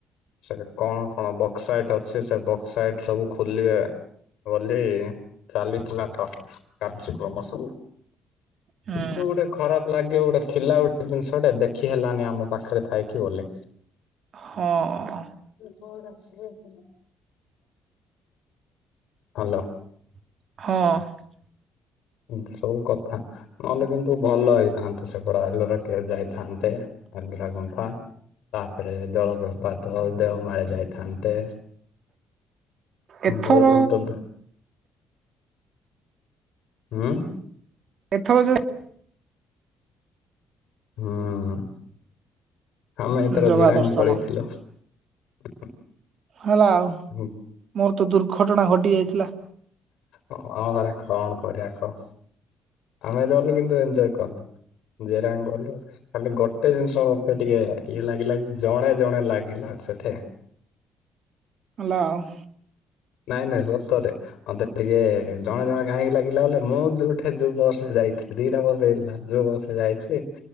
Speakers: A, on the left; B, on the right.
A: ସେ କଣ କଣ ବକ୍ସାଇଟ ଅଛି ସେ ବକ୍ସାଇଟ୍ ସବୁ ଖୋଲିବେ। ବୋଲି ଚାଲିଥିଲା ତ, କାର୍ଯ୍ୟକ୍ରମ ସବୁ।
B: ହୁଁ
A: ତୁ ଗୋଟେ ଖରାପ ଲାଗିବ ଗୋଟେ ଥିଲା ଗୋଟେ ଜିନିଷଟେ ଦେଖି ହେଲାନି ଆମ ପାଖରେ ଥାଇ। କି ବୋଲଲେ?
B: ହଁ।
A: <unintelligible> ହ୍ୟାଲୋ।
B: ହଁ‌।
A: ଉଁ ଏସବୁ କଥା, ନହେଲେ କିନ୍ତୁ ଭଲ ହେଇଥାନ୍ତା ସେପଟେ ଏଲୋରା କେଭ୍ ଯାଇଥାନ୍ତ୍ ତେ ଆଲମିରା ଗୁମ୍ଫା ତା ପରେ ଜଳ ପ୍ରପାତ ଦେଓମାଳି ଯାଇଥାନ୍ତେ
B: ଏଥର
A: ବହୁତ ଉଁ
B: ଏଥର ଯୋଉ
A: ହୁଁ ଉଁ ଆମେ
B: ଯୋଉ
A: ଏଥର
B: ଜଗା
A: ଜିରାଙ୍ଗ
B: ଦର୍ଶନ
A: ପଳେଇଥିଲୁ। <inaudible>
B: ହେଲା ଆଉ।
A: ହଁ
B: ମୋର ତ ଦୁର୍ଘଟଣା ଘଟି ଯାଇଥିଲା।
A: ହଁ ପରା କଣ କରିବା କହ? ଆମେ ଯୋଉ ଗଲୁ କିନ୍ତୁ ଏନ୍ଜୟ କଲୁ। ଜିରାଙ୍ଗ ଗଲୁ। ଖାଲି ଗୋଟେ ଜିନିଷ ମତେ ଟିକେ ଇଏ ଲାଗିଲା କି ଜଣେ ଜଣେ ଲାଗିଲା ଆଉ। ସେଠାକା?
B: ହେଲା ଆଉ।
A: ନାଇଁ ନାଇଁ ସତରେ। ମତେ ଟିକେ ଜଣେ ଜଣେ କାହିଁକି ଲାଗିଲା ବୋଲେ, ମୁଁ ଯୋଉଠି ଯୋଉ ବସରେ ଯାଉ ଯାଇଥିଲି ଦିଟା ବସ ହେଇଥିଲା। ଯୋଉ ବସରେ ଯାଇଥିଲି,